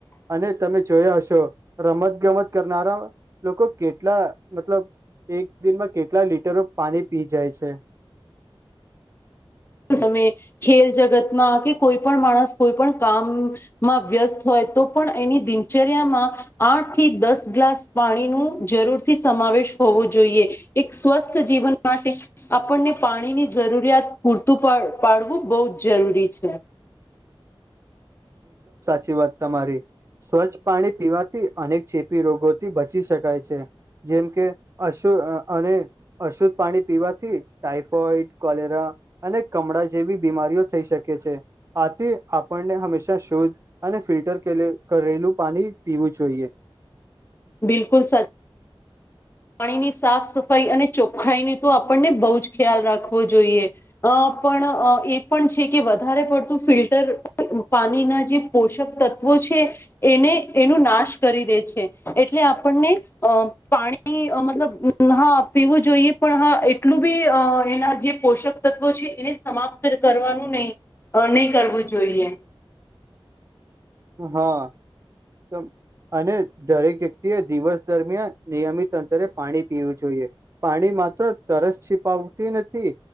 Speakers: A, on the right (about 30°); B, on the left (about 25°).
A: અને તમે જોયા હશ તો રમત ગમત કરનારા લોકો કેટલા મતલબ એક દિનમાં કેટલા લીટરો પાણી પી જાય છે.
B: તમે ખેલ જગતમાં કે કોઈ પણ માણસ કોઈ પણ કામમાં વ્યસ્ત હોય તો પણ એની દિનચર્યામાં આઠ થી દસ ગ્લાસ પાણી નું જરૂર થી સમાવેશ હોવો જોઈએ. એક સ્વસ્થ જીવન માટે આપણને પાણીની જરૂરિયાત પૂર તું પા-પાડવું બહ જ જરૂરી છે.
A: છે વાત તમારી સ્વચ્છ પાણી પીવાથી અનેક ચેપી રોગોથી બચી શકાય છે. જેમ કે અશુ અને અશુદ્ધ પાણી પીવાથી ટાઈફોઈડ કોલેરા અને કમળા જેવી બીમારીઓ થઈ શકે છે આથી આપણને હમેશા શુદધ અને ફિલ્ટર કરેલું પાણી પીવું જોઈએ
B: બિલકુલ સચ પાણીની સાફ સફાઈ અને ચોખ્ખાઈની તો આપણને બહુ જ ખ્યાલ રાખવો જોઈએ પણ એ પણ છે કે વધારે પડતું ફિલ્ટર પાણીના જે પોષક તત્વો એને એનું નાશ કરી દે છે એટલે આપણને પાણી મતલબ હા પીવું જોઈએ પણ હા એટલું બી એના જે પોષક તત્વો છે એને સમાપ્ત કરવાનું નહી નહી કરવું જોઈએ
A: હા અને દરેક વ્યક્તિએ દિવસ દરમિયાન નિયમિત અંતરે પાણી પીવું જોઈએ પાણી માત્ર તરસ છિપાવતી નથી